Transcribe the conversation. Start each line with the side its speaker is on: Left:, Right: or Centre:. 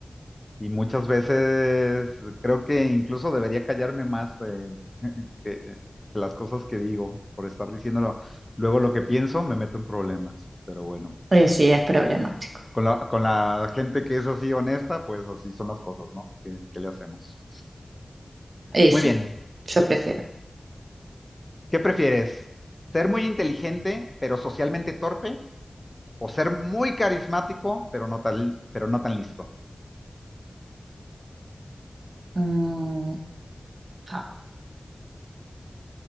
Left: y muchas veces creo que incluso debería callarme más eh, <laughs> que, que las cosas que digo por estar diciéndolo. Luego lo que pienso me meto en problemas, pero bueno.
Right: Y sí, es problemático.
Left: Con la, con la gente que es así honesta, pues así son las cosas, ¿no? ¿Qué, qué le hacemos?
Right: Y
Left: Muy
Right: sí,
Left: bien,
Right: yo prefiero.
Left: ¿Qué prefieres? ¿Ser muy inteligente pero socialmente torpe? ¿O ser muy carismático pero no tan, pero no tan listo?
Right: Mm, ah,